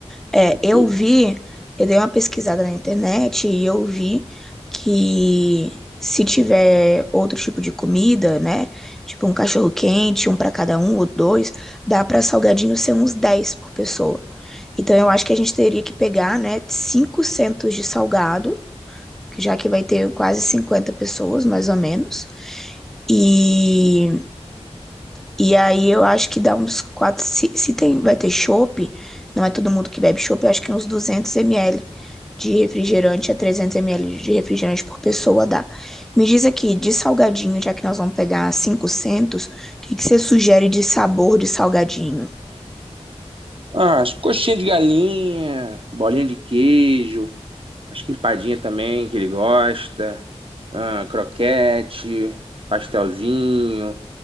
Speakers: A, in the centre; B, on the right (about 50°).
A: É,
B: Porque.
A: eu vi, eu dei uma pesquisada na internet e eu vi que se tiver outro tipo de comida, né? Tipo um cachorro quente, um pra cada um ou dois, dá pra salgadinho ser uns 10 por pessoa. Então eu acho que a gente teria que pegar, né, 5 centos de salgado, que já que vai ter quase 50 pessoas, mais ou menos. E e aí eu acho que dá uns quatro Se, se tem, vai ter chopp, não é todo mundo que bebe chopp, eu acho que uns 200 ml de refrigerante a 300 ml de refrigerante por pessoa dá. Me diz aqui, de salgadinho, já que nós vamos pegar 500, o que, que você sugere de sabor de salgadinho?
B: Ah, as coxinhas de galinha, bolinha de queijo, acho que empadinha também, que ele gosta, ah, croquete, pastelzinho,